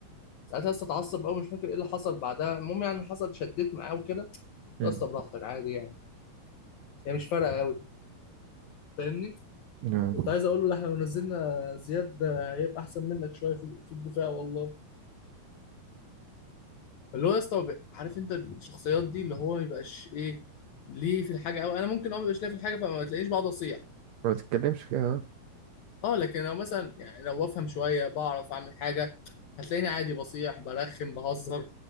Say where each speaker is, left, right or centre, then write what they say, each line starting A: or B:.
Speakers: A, on the left; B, on the right.
A: ساعتها لسه اتعصب قوي مش فاكر ايه اللي حصل بعدها المهم يعني حصل شديت معاه وكده قلت له
B: مم.
A: يا اسطى براحتك عادي يعني هي مش فارقه قوي فاهمني
B: نعم.
A: كنت عايز اقول له ده احنا لو نزلنا زياد هيبقى احسن منك شويه في, في الدفاع والله فاللي هو يا اسطى بي- عارف انت الشخصيات دي اللي هو ما يبقاش ايه ليه في الحاجه قوي انا ممكن اه ما يبقاش ليه في الحاجه فما تلاقينيش بقعد اصيح
B: ما بتتكلمش فيها
A: اه لكن لو مثلا يعني لو افهم شويه بعرف اعمل حاجه هتلاقيني عادي بصيح برخم بهزر